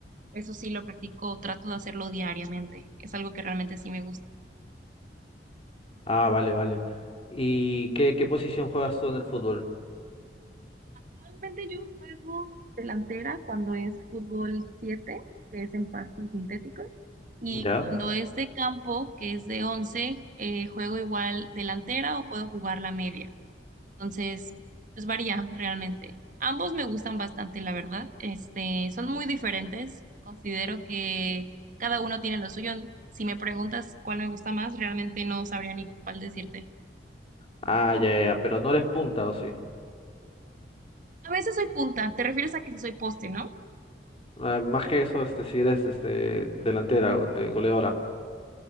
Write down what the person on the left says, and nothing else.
Ah, vale, vale. ¿Y qué, qué posición juegas tú en el fútbol?
¿Ya?
Ah, ya, ya, ya, pero no eres punta, ¿o sí?
Ah, más que eso, este, si eres este delantera, go- de goleadora.